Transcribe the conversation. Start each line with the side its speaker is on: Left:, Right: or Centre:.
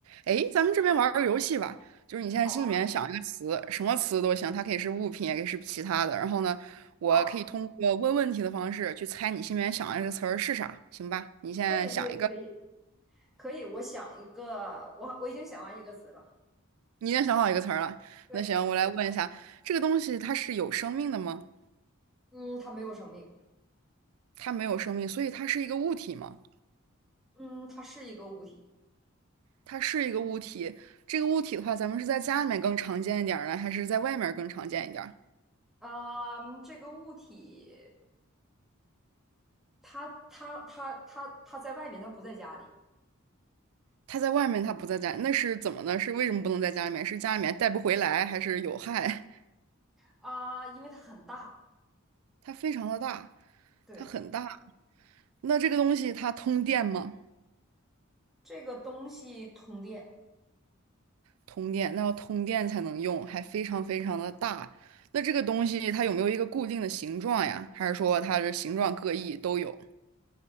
Right: 诶，咱们这边玩儿个游戏吧，就是你现在心里面想一个词，
Centre: 好啊，
Right: 什么词都行，它可以是物品，也可以是其他的。然后呢，我可以通过问问题的方式去猜你心里面想的这个词儿是啥，
Centre: 好，
Right: 行吧？你现在想一个，
Centre: 可以，可以，可以，可以。我想一个，我我已经想完一个词了。
Right: 你已经想好一个词儿了。
Centre: 对，
Right: 那行，我来问一下，这个东西它是有生命的吗？
Centre: 嗯，它没有生命，
Right: 它没有生命，所以它是一个物体吗？
Centre: 嗯，它是一个物体，
Right: 它是一个物体。这个物体的话，咱们是在家里面更常见一点儿呢，还是在外面儿更常见一点儿？
Centre: 啊，这个物体，它它它它它在外面，它不在家里
Right: 他在外面，他不在家，那是怎么呢？是为什么不能在家里面？是家里面带不回来，还是有害？
Centre: 啊，因为它很大。
Right: <laughs> 它非常的大，
Centre: 对，
Right: 它很大。那这个东西它通电吗？
Centre: 这个东西通电
Right: 通电，那要通电才能用，还非常非常的大。那这个东西它有没有一个固定的形状呀？还是说它的形状各异都有？